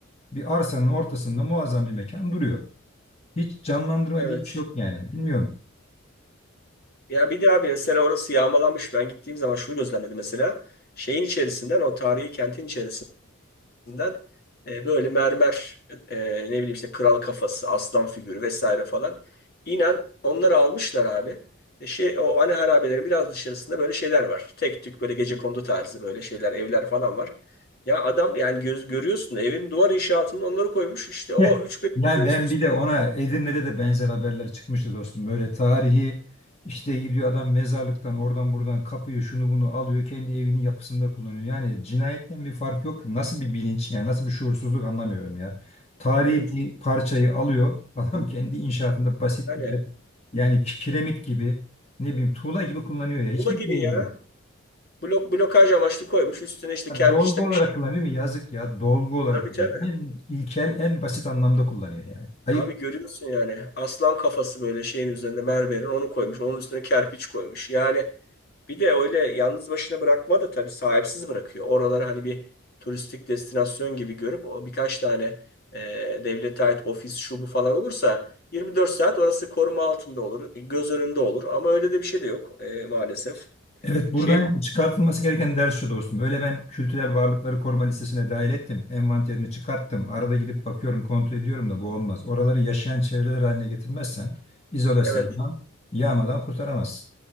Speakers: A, on the left; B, on the left.
A: bir arsanın ortasında muazzam bir mekan duruyor. Hiç canlandırma
B: evet.
A: diye bir şey yok yani. Bilmiyorum.
B: Ya bir de abi mesela orası yağmalanmış. Ben gittiğim zaman şunu gözlemledim mesela. Şeyin içerisinden o tarihi kentin içerisinden üzerinden e, böyle mermer e, ne bileyim işte kral kafası, aslan figürü vesaire falan. İnan onları almışlar abi. E, şey o ana harabelerin biraz dışarısında böyle şeyler var. Tek tük böyle gecekondu tarzı böyle şeyler, evler falan var. Ya adam yani göz görüyorsun da evin duvar inşaatında onları koymuş. İşte o
A: <laughs>
B: üç beş
A: Yani
B: tane
A: ben
B: üst üste.
A: bir de ona Edirne'de de benzer haberler çıkmıştı dostum. Böyle tarihi işte gidiyor adam mezarlıktan oradan buradan kapıyı şunu bunu alıyor kendi evinin yapısında kullanıyor. Yani cinayetten bir fark yok. Nasıl bir bilinç yani nasıl bir şuursuzluk anlamıyorum ya. Tarihi
B: Evet.
A: bir parçayı alıyor <laughs> adam kendi inşaatında basit
B: Yani
A: bir yani kiremit gibi ne bileyim tuğla gibi kullanıyor ya. Hiç
B: ola
A: mi
B: gibi
A: değil
B: ya. Blok blokaj amaçlı koymuş. Üstüne işte
A: Ha,
B: kerpiçten
A: Dolgu olarak
B: bir şey.
A: kullanıyor mu? Yazık ya. Dolgu olarak
B: Tabii tabii.
A: yani en ilkel, en basit anlamda kullanıyor yani. Ayıp.
B: Abi görüyorsun yani aslan kafası böyle şeyin üzerinde mermerin onu koymuş. Onun üstüne kerpiç koymuş. Yani bir de öyle yalnız başına bırakma da tabii sahipsiz bırakıyor. Oraları hani bir turistik destinasyon gibi görüp o birkaç tane e, devlete ait ofis şu bu falan olursa 24 saat orası koruma altında olur. Göz önünde olur ama öyle de bir şey de yok e, maalesef.
A: Evet buradan
B: Şey
A: çıkartılması gereken ders şu dostum. Öyle ben kültürel varlıkları koruma listesine dahil ettim. Envanterini çıkarttım. Arada gidip bakıyorum, kontrol ediyorum da bu olmaz. Oraları yaşayan çevreler haline getirmezsen izolasyondan,
B: evet
A: yağmadan kurtaramazsın.